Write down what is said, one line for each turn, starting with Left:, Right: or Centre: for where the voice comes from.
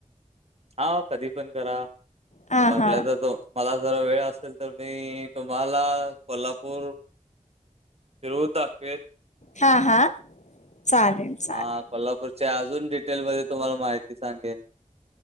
Right: हा कधी पण करा.
Left: हा
Right: वाटला
Left: हा
Right: तर तो मला जर वेळ असेल, तर मी तुम्हाला कोल्हापूर फिरवून दाखवेन.
Left: हा, हा चालेल. चालेल
Right: हा कोल्हापूरच्या अजून डिटेलमध्ये तुम्हाला माहिती सांगेन.